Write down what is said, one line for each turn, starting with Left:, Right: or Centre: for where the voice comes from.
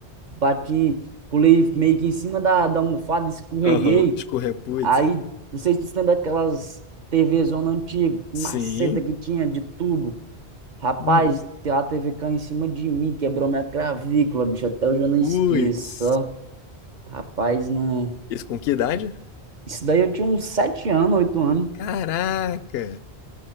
Right: bati, pulei meio que em cima da, da almofada, escorreguei.
Left: aham, escorrer, putz.
Right: Aí, não sei se tu se lembra daquelas TV zona antiga, maceta
Left: Sim,
Right: que tinha de tubo. Rapaz,
Left: uhum.
Right: a TV caiu em cima de mim, quebrou minha clavícula, bicho. Até hoje eu não
Left: putz.
Right: esqueço. ó. Rapaz, não.
Left: Isso com que idade?
Right: Isso daí eu tinha uns sete anos, oito anos.
Left: Caraca!